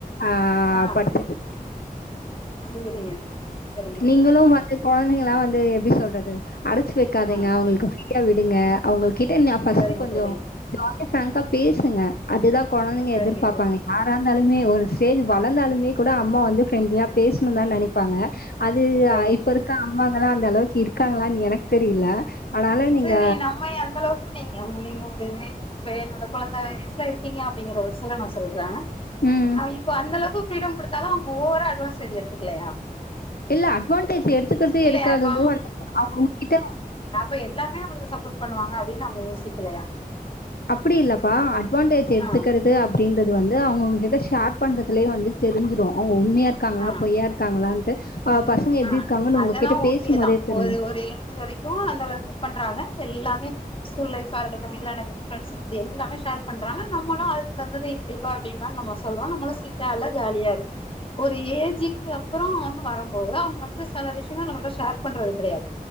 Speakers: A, on the left; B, on the left.
A: ஆ
B: ஆ
A: படிச்சிட்ருக்கே
B: சேரிங்க சரிங்க தோழி
A: நீங்களு மதிய கொழந்தைங்கல்லா வந்து எப்டி சொல்றது அடைச்சு வைக்காதீங்க
B: ஆ
A: அவங்களுக்கு ஃப்ரியா விடுங்க அவங்களுக் கிட்ட நா ஃபஸ்ட்டு
B: சரிங்க
A: கொஞ்சோ
B: தோழி
A: ஜா லியா ஃபிராங்கா பேசுங்க அதுதா கொழந்தைங்க
B: சரிங்க
A: எதிர்பாப்பாங்க
B: தோழி
A: இ யாரா இருந்தாலுமே ஒரு ஸ்டேஜ் வளந்தாலுமே கூட அம்மா வந்து ஃப்ரெண்ட்லியா பேசணுன்தா நெனைப்பாங்க அது
B: சரிங்க
A: ஆ இப்ப
B: தோழி
A: இருக்க அம்மாங்கல்லா அந் அந்த அளவுக்கு இருக்காங்களான்னு எனக் தெரியல அதனால
B: அ
A: நீங்க
B: சேரி நம்ம எந்த அளவுக் <unintelligible> நீங்க நீங்க ஒரு இப்ப என்னோட கொழந்த வயசுல இருக்கீங்க அப்டிங்கிறபட்சத்துல நா சொல்ற
A: ம்
B: ஆ இப்ப அந்த அளவுக்கு ஃப்ரீடம் குடுத்தாலு அவங்க ஓவரா அட்வான்ஸ்டேஜு எடுத்துக்கலையா
A: இல்ல அட்வான்டேஜ் எடுத்துக்றது
B: இல்லையா
A: எடுக்காதது
B: இப்ப
A: வந்து அவங்க உங்ககிட்ட அவுங்
B: ப்ப எல்லாமே நம்மளுக்கு ச ப்போர்ட் பண்ணுங்க அப்டின்னு அவங்க யோசிக்கலையா
A: அப்பிடி இல்லப்பா அட்வான்டேஜ் எடுத்துக்கிறது
B: ஆ
A: அப்டின் றது வந்து அவங்க உங்க கிட்ட ஷேர் பண்றதுலயே வந்து தெரிஞ்சிரு ஓ உண்மையா இருக்காங்களா
B: ஆ
A: பொய்யா இருக்காங்களான்ட்டு அ பசங்க எப்படி
B: ஆ
A: இருக்காங்கன்னு
B: அதெல்லா
A: உங்ககிட்ட
B: ஓகேதா
A: பேசும்போதே தெரிஞ்சிரும்.
B: ஒரு ஒரு ஏஞ் வரைக்கு அந்த அளவுக்கு பண்றாங்க எல்லாமே ஸ்கூல் லைஃபா இருக்கட்டு எல்லா நம் ஃபிரெண்ங்கிட்ட எல்லாமே ஷேர் பண்றாங்க நம்மளு அதுக்கு தவுந்தது இப்பிடிப்பா அப்பிடிபானு நம்ம சொல்றோ நம்மளு ஸ்ட்ரிக்டா இல்ல ஜாலியா இருக்கு ஒரு ஏஜுக்கு அப்புறோ ஒன்னு வரனு போதா அவுங்களுக்கு சில விஷயங்கள் நம்ள்ட்ட ஷேர் பண்றது கிடையாது